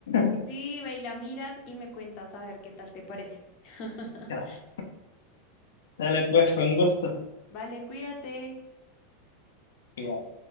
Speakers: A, on the left; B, on the left.
A: <laughs>
B: Sí, ve y la miras y me cuentas a ver qué tal te parece. <laughs>
A: Claro. Dale, pues, fue un gusto.
B: Vale, cuídate.
A: Cuídate.